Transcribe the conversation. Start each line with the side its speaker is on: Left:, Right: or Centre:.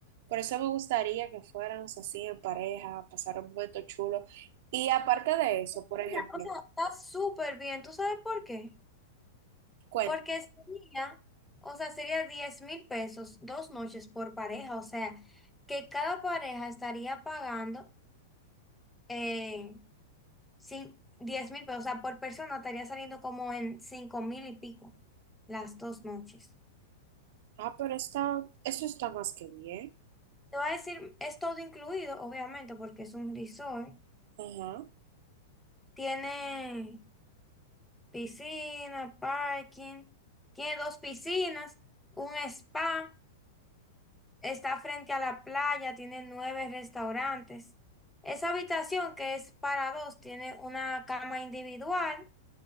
Right: por eso me gustaría que fuéramos así en pareja, pasar un momento chulo. Y aparte de eso, por
Centre: Mira,
Right: ejemplo,
Centre: O sea, está súper bien. ¿Tú sabes por qué?
Right: cuenta.
Centre: Porque sería, o sea, sería diez mil pesos dos noches por pareja, o sea, que cada pareja estaría pagando eh, cin- diez mil pesos, o sea, por persona estaría saliendo como en 5 mil y pico las dos noches.
Right: Ah, pero está, eso está más que bien.
Centre: Te voy a decir, es todo incluido, obviamente, porque es un resort.
Right: Ajá.
Centre: Tiene piscina, parking, tiene dos piscinas, un spa. Está frente a la playa, tiene nueve restaurantes. Esa habitación que es para dos tiene una cama individual,